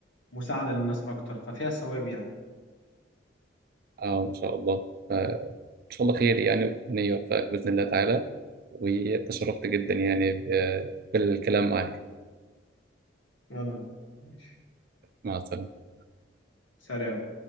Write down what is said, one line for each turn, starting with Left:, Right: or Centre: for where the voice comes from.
Left: مساعدة للناس اكتر ففيها ثواب يعني
Right: اه ما شاء الله فان شاء الله خير يعني ربنا يوفقك باذن الله تعالى وتشرفت جدا يعني ب- بالكلام معك
Left: وانا ماشي
Right: مع السلامه
Left: سلام